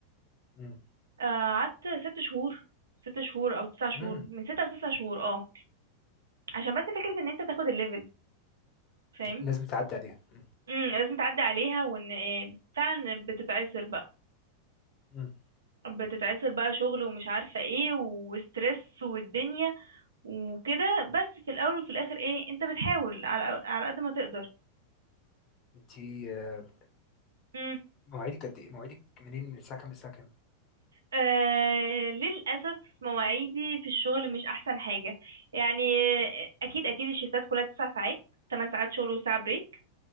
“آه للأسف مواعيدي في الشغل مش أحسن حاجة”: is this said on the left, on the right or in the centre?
Right